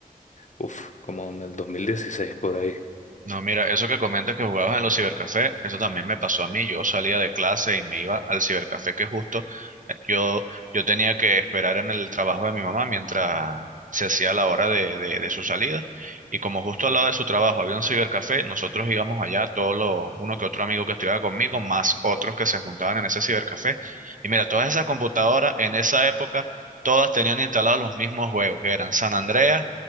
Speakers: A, on the left; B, on the right.
A: uf, como en el 2016 por ahí.
B: No, mira, eso que comentas que jugabas en los cibercafés, eso también me pasó a mí. Yo salía de clase y me iba al cibercafé que justo eh, yo, yo tenía que esperar en el trabajo de mi mamá mientras se hacía la hora de, de- de su salida. Y como justo al lado de su trabajo había un cibercafé, nosotros íbamos allá, todos los, uno que otro amigo que estudiaba conmigo, más otros que se juntaban en ese cibercafé. Y mira, todas esas computadoras en esa época, todas tenían instalados los mismos juegos, que eran San Andreas,